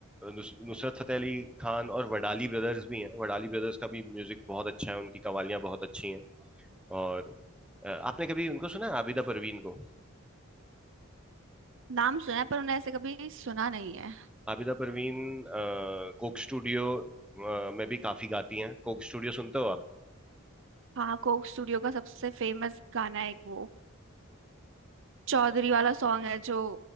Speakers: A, in the centre; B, on the right.
A: नुस- नुसरत फतेह अली खान और वडाली ब्रदर्स भी हैं वडाली ब्रदर्स का भी म्यूजिक बहुत अच्छा है उनकी कवालियाँ बहुत अच्छी हैं और अ, आपने कभी उनको सुना है आबिदा परवीन को
B: नाम सुना है पर उन्हें ऐसे कभी सुना नहीं है
A: आबिदा परवीन अ, कोक स्टूडियो अ, में भी काफी गाती हैं कोक स्टूडियो सुनते हो आप
B: हाँ कोक स्टूडियो का सबसे फेमस गाना है एक वो चौधरी वाला सॉन्ग है जो